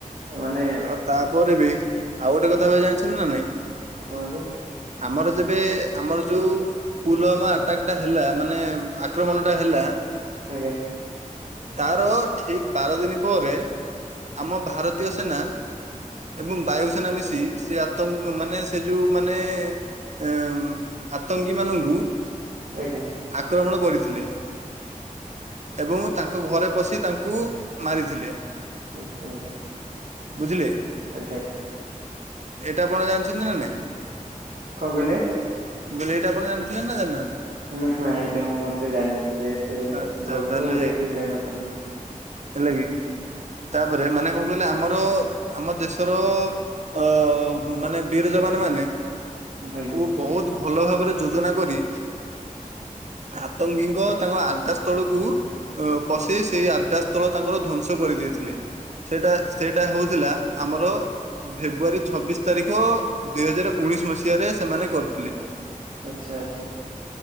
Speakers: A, on the right (about 75°); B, on the right (about 55°).
A: ମାନେ
B: ଆଉ ତାପରେ ବି ଆଉ ଗୋଟେ କଥା ଭାଇ ଜାଣିଛନ୍ତି ନା ନାଇଁ?
A: କଣ କହିଲେ।
B: ଆମର ଯେବେ ଆମର ଯୋଉ ପୁଲୱାମା ଆଟାକଟା ହେଲା ମାନେ ଆକ୍ରମଣଟା ହେଲା
A: ଆଜ୍ଞା।
B: ତାର ଠିକ ବାର ଦିନ ପରେ ଆମ ଭାରତୀୟ ସେ ସେନା ଏବଂ ବାୟୁସେନା ମିଶି ସେ ଆତଙ୍କ ମାନେ ସେ ଯୋଉ ମାନେ ଅ ଆତଙ୍କୀ ମାନଙ୍କୁ
A: ଆଜ୍ଞା।
B: ଆକ୍ରମଣ କରିଥିଲେ। ଏବଂ ତାଙ୍କ ଘରେ ପସି ତାଙ୍କୁ ମାରିଥିଲେ।
A: ହଁ ପଟା।
B: ବୁଝିଲେ।
A: ଆଜ୍ଞା।
B: ଏଇଟା ଆପଣ ଜାଣିଛନ୍ତି ନା ନାଇଁ ମୁଁ
A: କହିଲେ?
B: କହିଲି ଏଇଟା ଆପଣ ଜାଣିଥିଲେ ନା ଜାଣିନାହାନ୍ତି?
A: ନା ନା ଏଇଟା ମୁଁ ମତେ ଜାଣିିନଥିଲି ଏତେ
B: ଆଚ୍ଛା
A: ଗଭୀର
B: ତାହେଲେ
A: ମୁଁ ଦେଖିକି ଜାଣିନଥିଲି।
B: ହେଲା କି ତାପରେ ମାନେ କଣ ଆମର ଆମ ଦେଶର ଅ ମାନେ ବୀର ଯବାନ ମାନେ
A: ଆଜ୍ଞା।
B: ବୁ ବହୁତ ଭଲ ଭାବରେ ଯୋଜନା କରି ଆତଙ୍କୀଙ୍କ ତାଙ୍କ ଆ ତଳକୁ ପଶେଇ ସେଇ ଆକାଶ ସ୍ଥଳ ତାଙ୍କର ଧ୍ଵଂସ କରିଦେଇଥିଲେ।
A: ଆଚ୍ଛା
B: ସେଇଟା ସେଇଟା ହଉଥିଲା ଆମର ଫେବୃଆରୀ ଛବିଶ ତାରିଖ ଦୁଇ ହଜାର ଉଣେଇଶ ମସିହାରେ ସେମାନେ କରିଥିଲେ।
A: ଆଚ୍ଛା ଆଚ୍ଛା।